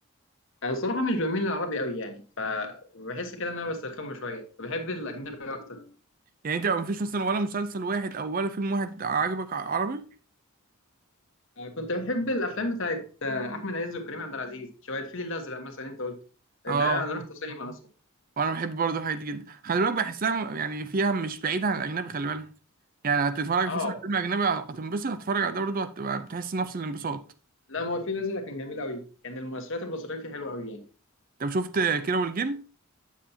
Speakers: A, on the left; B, on the right.
A: أنا الصراحة مش بميل للعربي قوي يعني بحس كده إن أنا بسترخمه شوية بحب الأجنبي أكتر
B: يعني انت ما فيش مثلا ولا مسلسل واحد او ولا فيلم واحد عجبك ع- عربي
A: آه، كنت بحب الافلام بتاعت آه، احمد عز وكريم عبد العزيز شبه الفيل الازرق مثلا انت قلت ده
B: اه
A: انا رحت سينما اصلا
B: وانا بحب برضه الحاجات دي جدا خلي بالك بحسها م- يعني فيها مش بعيدة عن الاجنبي خلي بالك يعني هتتفرج
A: اه
B: في مثلا على فيلم اجنبي هتنبسط هتتفرج على ده برضه هتبقى بتحس نفس الانبساط
A: لا ما هو الفيل الازرق كان جميل قوي كان المؤثرات البصريه فيه حلوه قوي يعني
B: طب شفت كيرة والجن